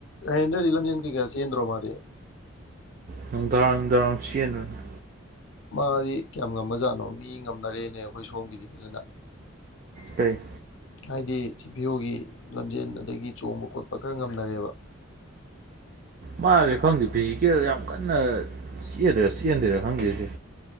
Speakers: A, on the left (about 60°); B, on the right (about 40°).
A: ꯍꯔꯦꯟꯗ꯭ꯔꯗꯤ ꯂꯝꯖꯦꯟ ꯀꯩꯀꯥ ꯆꯦꯟꯗ꯭ꯔꯣ ꯃꯥꯗꯤ
B: ꯅꯨꯡꯗꯥꯔꯝ ꯅꯨꯡꯗꯥꯔꯝ ꯆꯦꯟꯕꯅꯦ
A: ꯃꯥꯗꯤ ꯀꯌꯥꯝ ꯉꯝꯃꯖꯥꯠꯅꯣ ꯃꯤ ꯉꯝꯅꯔꯦꯅꯦ ꯑꯩꯈꯣꯏ ꯁꯣꯝꯒꯤꯗꯤ ꯐꯖꯅ
B: ꯇꯦ
A: ꯍꯥꯏꯗꯤ ꯁꯤꯚꯤꯌꯣꯒꯤ ꯂꯝꯖꯦꯟ ꯑꯗꯒꯤ ꯆꯣꯡꯕ ꯈꯣꯠꯄ ꯈꯔ ꯉꯝꯅꯔꯦꯕ <inaudible>
B: ꯃꯥꯁꯦ ꯈꯪꯗꯦ ꯐꯤꯖꯤꯀꯦꯜ ꯌꯥꯝ ꯀꯟꯅꯗꯦꯔ ꯆꯦꯍꯗꯦꯔꯥ ꯈꯪꯗꯦꯁꯦ